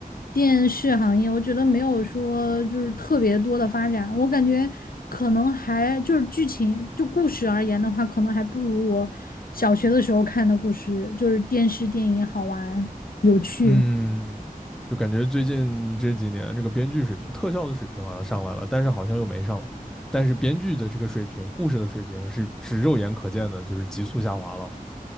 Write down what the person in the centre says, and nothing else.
嗯，就感觉最近这几年这个编剧水平、特效的水平好像上来了，但是好像又没上来。但是编剧的这个水平、故事的水平是只肉眼可见的，就是急速下滑了。